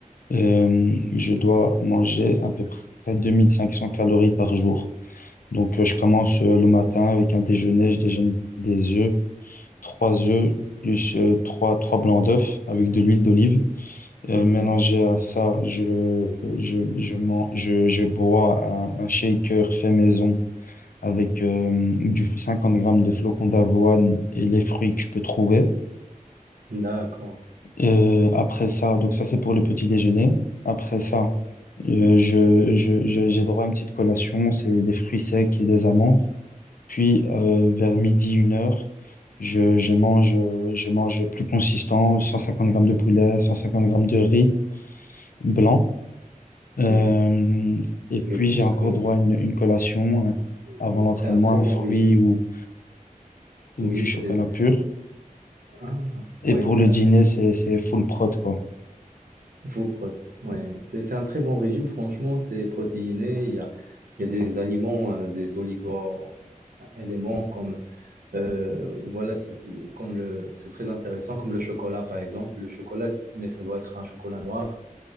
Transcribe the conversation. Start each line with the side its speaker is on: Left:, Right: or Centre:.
Left: euh, je dois manger à peu près 2500 calories par jour. Donc, euh, je commence euh, le matin avec un déjeuner. Je déjeune des œufs, trois œufs, plus euh, trois, trois blancs d'œufs avec de l'huile d'olive. Euh,
Right: Hmm.
Left: mélangé à ça, je, je, je, man- je, je bois un, un shaker fait maison avec euh, du 50 grammes de flocons d'avoine et les fruits que je peux trouver.
Right: D'accord,
Left: Euh, après ça, donc ça c'est pour le petit déjeuner. Après ça, euh, je, je, je- j'ai droit à une petite collation, c'est des fruits secs et des amandes. Puis euh, vers midi, une heure, je, je mange, je mange plus consistant, 150 grammes de poulet, 150 grammes de riz blanc. Euh,
Right: oui.
Left: et puis,
Right: Je pense
Left: j'ai encore
Right: que
Left: droit à une, une collation euh, avant
Right: oui,
Left: l'entraînement,
Right: c'est un très
Left: un
Right: bon
Left: fruit
Right: régime.
Left: ou, ou
Right: Oui,
Left: du
Right: c'est
Left: chocolat pur.
Right: ah,
Left: Et
Right: ouais,
Left: pour
Right: ça,
Left: le dîner, c'est, c'est full prot, quoi.
Right: full prot. Ouais, c'est c'est un très bon régime. Franchement, c'est protéiné. Il y a, il y a des aliments, euh, des oligo-éléments comme Euh, voilà, c'est euh, comme le, c'est très intéressant, comme le chocolat par exemple. Le chocolat, mais ça doit être un chocolat noir.